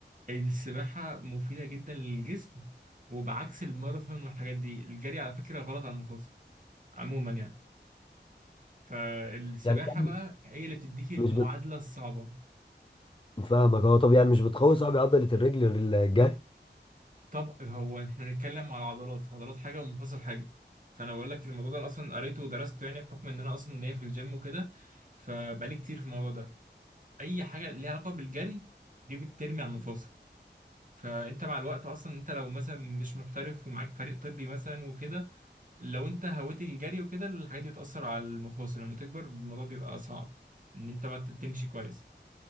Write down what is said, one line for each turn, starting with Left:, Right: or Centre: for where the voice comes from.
Right: السباحه مفيده جدا للجسم وبعكس الماراثون والحاجات دي الجري على فكره غلط على المخاطر عموما يعني فالسباحة
Left: يعني يعني
Right: بقى هي اللي بتديك المعادلة
Left: مش بت...
Right: الصعبة
Left: فاهمك اه طب يعني مش بتقوي صاحبي عضله الرجل الجري
Right: طب هو احنا بنتكلم على عضلات عضلات حاجة ومفاصل حاجة فأنا بقول لك الموضوع ده أنا أصلا قريته ودرسته يعني بحكم إن أنا أصلا ليا في الجيم وكده فبقالي كتير في الموضوع ده أي حاجة ليها علاقة بالجري دي بترمي على المفاصل فأنت مع الوقت أصلا أنت لو مثلا مش محترف ومعاك فريق طبي مثلا وكده لو أنت هويت الجري وكده الحاجات دي بتأثر على المفاصل لما تكبر الموضوع بيبقى صعب إن أنت بقى تمشي كويس